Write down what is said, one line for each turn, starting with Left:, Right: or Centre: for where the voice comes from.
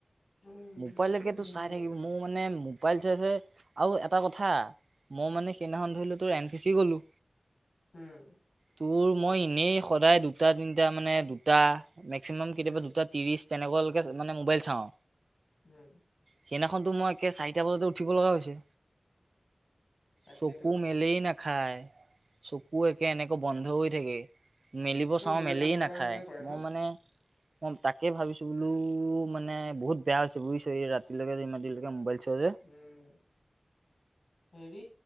Left: উম
Right: মোবাইলকেতো
Left: তাকে কৰি থাকো
Right: চাই
Left: মোবাইল
Right: থাকিব মোৰ মানে মোবাইল চাই চাই আৰু এটা কথা মই মানে সেইদিনাখন ধৰিলো তোৰ এন চি চি গ'লো
Left: উম
Right: তোৰ মই এনেই সদায় দুটা তিনটা মানে দুটা মেক্সিমাম কেতিয়াবা
Left: উম
Right: দুটা ত্ৰিশ তেনেকুৱালৈকে মানে মোবাইল চাওঁ
Left: উম
Right: সেইদিনাখনতো মই একে চাৰিটা বজাতে উঠিব লগা হৈছে
Left: তাকেতো।
Right: চকু মেলেই না খাই চকু একে এনেকে বন্ধ হৈ থাকে মেলিব চাওঁ
Left: মোৰে
Right: মেলে
Left: কাম নকৰা
Right: নাখায়
Left: নিচিনা কৰে
Right: মই
Left: ন
Right: মানে অ তাকে ভাবিছো বোলো মানে বহুত বেয়া হৈছে বুজিছ এই ৰাতিলৈকে যে ইমান দেৰি লৈকে মোবাইল চাৱ যে
Left: উম হেৰি